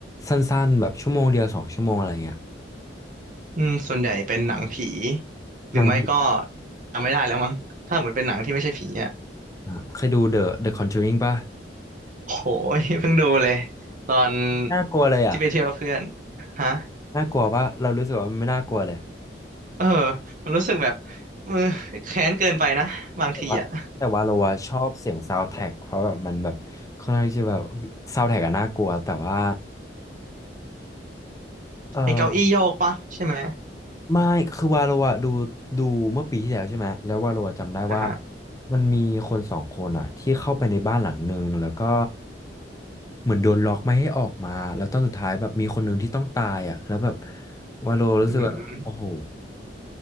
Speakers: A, on the left; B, on the right.
A: สั้นๆแบบชั่วโมงเดียวสองชั่วโมงอะไรเงี้ย
B: อืมส่วนใหญ่เป็นหนังผีหรือไม่ก็
A: หนังผี
B: จำไม่ได้แล้วมั้งถ้าเหมือนเป็นหนังที่ไม่ใช่ผีอะ
A: อ่ะเคยดู The The Conjuring ป่ะ
B: โอ้โห <laughs> ยเพิ่งดูเลยตอน
A: น่ากลัวเลยอ่ะ
B: ที่ไปเที่ยวเพื่อนฮะ
A: น่ากลัวป่ะเรารู้สึกว่ามันไม่น่ากลัวเลย
B: เออมันรู้สึกแบบมือแค้นเกินไปนะบางทีอะ
A: แต่ว่าแต่ว่าเราอะชอบเสียงซาว n d t ท a c k เพราะแบบมันแบบค่อนข้างที่จะแบบซาว n d t ท a c k อะน่ากลัวแต่ว่า
B: <laughs>
A: เออ
B: ไอเก้าอี้โยกปะใช่ไหม
A: ไม่ คือวาโลอะดูดูเมื่อปีที่แล้วใช่ไหมแล้ววาโลอะจำได้ว่า
B: อ่ะฮะ
A: มันมีคนสองคนอะที่เข้าไปในบ้านหลังหนึ่งแล้วก็เหมือนโดนล็อกไม่ให้ออกมาแล้วตอนสุดท้ายแบบมีคนหนึ่งที่ต้องตายอะแล้วแบบวาโลรู้สึกว่าโอ้โห
B: อืม